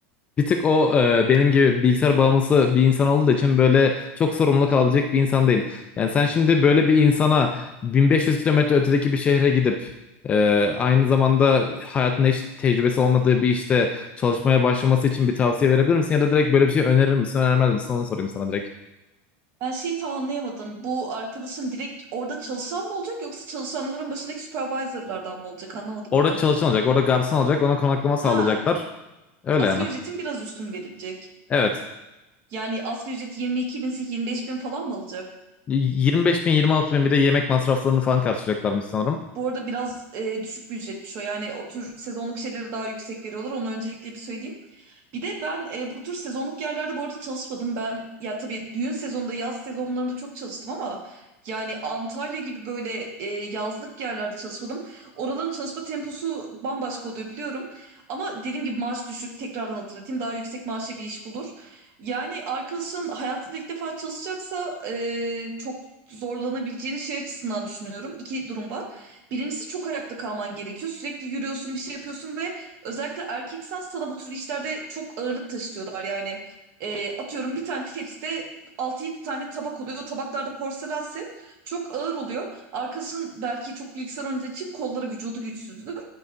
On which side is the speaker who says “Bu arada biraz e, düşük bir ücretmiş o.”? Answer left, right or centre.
Right